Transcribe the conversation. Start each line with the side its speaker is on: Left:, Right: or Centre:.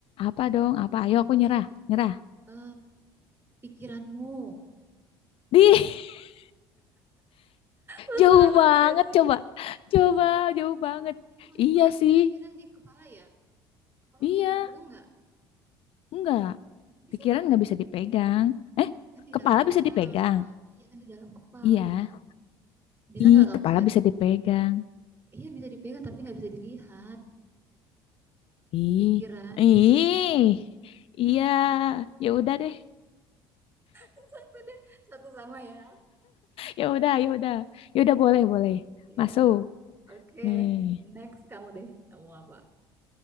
Left: Apa dong? Apa? Ayo aku nyerah,
Right: Eh,
Left: nyerah.
Right: eh, pikiranmu.
Left: Di, <laughs>
Right: Masuk
Left: jauh
Right: akal
Left: banget
Right: nggak sih?
Left: coba. Coba,
Right: Masuk akal.
Left: jauh
Right: Ih,
Left: banget.
Right: emang
Left: Iya
Right: itu kan
Left: sih.
Right: pikiran di kepala ya? Kepala
Left: Iya,
Right: bisa dipegang nggak?
Left: enggak.
Right: Bisa
Left: Pikiran
Right: dong.
Left: nggak bisa dipegang. Eh,
Right: Kan di
Left: kepala
Right: dalam kepala.
Left: bisa dipegang.
Right: Iya kan di dalam kepala.
Left: Iya.
Right: Bisa
Left: Ih,
Right: nggak kamu
Left: kepala
Right: lihat?
Left: bisa dipegang.
Right: Iya bisa dipegang tapi nggak bisa dilihat.
Left: Ih.
Right: Pikiran
Left: Ih.
Right: isinya.
Left: Iya, ya udah deh. <laughs>
Right: <laughs> Sudah, Satu sama ya.
Left: Ya udah, ya udah. Ya udah boleh, boleh.
Right: Iya.
Left: Masuk.
Right: Oke.
Left: Nih.
Right: Next kamu deh. Kamu apa?